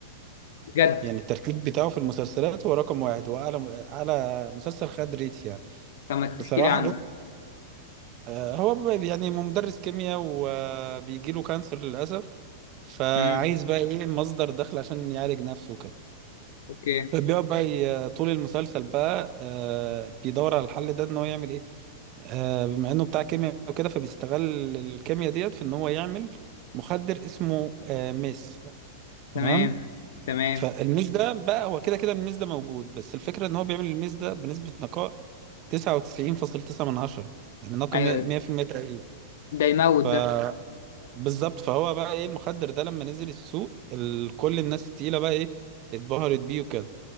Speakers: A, on the left; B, on the right.
A: بجد
B: يعني الترتيب بتاعه في المسلسلات هو رقم واحد هو أعلى أعلى مسلسل خد ريت يعني
A: طب ما تحكي
B: بصراحة
A: لي عنه
B: لا. آه، هو ب- يعني مدرس كيمياء وبيجي له كانسر للأسف فعايز
A: امم
B: بقى إيه مصدر دخل عشان يعالج نفسه كده
A: اوكي
B: فبيقعد بقى ي- طول المسلسل بقى آه، بيدور على الحل ده إن هو يعمل إيه آه، بما إنه بتاع كيمياء وكده فبيستغل الكيمياء ديت في إن هو يعمل مخدر اسمه آه، ميس تمام
A: تمام تمام
B: فالميز ده بقى هو كده كده الميز ده موجود بس الفكرة ان هو بيعمل الميز ده بنسبة نقاء 99.9 من عشرة يعني ناقم
A: ايوه
B: مية- 100% تقريبا
A: ده يموت
B: ف-
A: ده
B: بالظبط فهو بقى ايه المخدر ده لما نزل السوق ال- كل الناس التقيلة بقى ايه اتبهرت بيه وكده